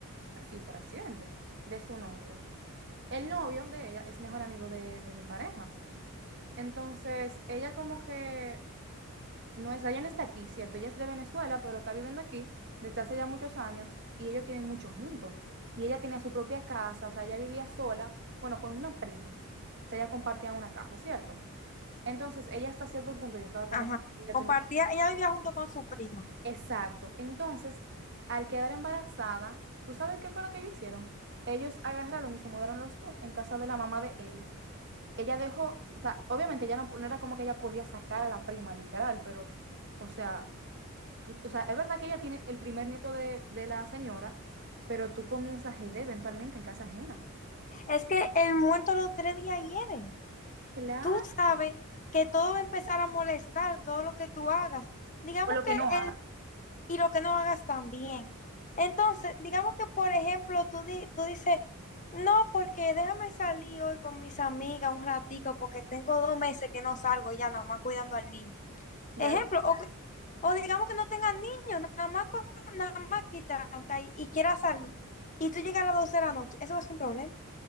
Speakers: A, on the right (about 50°); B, on the left (about 35°).
A: así por accidente, de su novio. El novio de ella es mejor amigo de, de mi pareja. Entonces, ella como que no es, ella no está aquí, ¿cierto? Ella es de Venezuela, pero está viviendo aquí desde hace ya muchos años y ellos tienen mucho juntos. Y ella tenía su propia casa, o sea, ella vivía sola, bueno, con una prima. O sea, ella compartía una casa, ¿cierto? Entonces, ella hasta cierto punto ya estaba como
B: Ajá.
A: independiente.
B: Compartía, ella vivía junto con su prima.
A: Exacto. Entonces, al quedar embarazada, ¿tú sabes qué fue lo que ellos hicieron? Ellos agarraron y se mudaron los dos en casa de la mamá de él. Ella dejó, o sea, obviamente ya no, no era como que ella podía sacar a la prima, literal, pero, o sea, tú- o sea, es verdad que ella tiene el primer nieto de, de la señora, pero tú comienzas GD eventualmente en casa ajena.
B: Es que el muerto los tres días hieren.
A: Claro.
B: Tú sabes que todo va a empezar a molestar, todo lo que tú hagas. Digamos
A: O lo
B: que
A: que no haga.
B: el, y lo que no hagas también. Entonces, digamos que, por ejemplo, tú, di- tú dices, no, porque déjame salir hoy con mis amigas un ratico, porque tengo dos meses que no salgo ya nada más cuidando al niño.
A: Ya
B: Ejemplo,
A: lo,
B: o, que- o digamos que no tengan niños, nada más, co- nada más quitan y, y quiera salir. Y tú llegas a las 12 de la noche, eso va a ser un problema,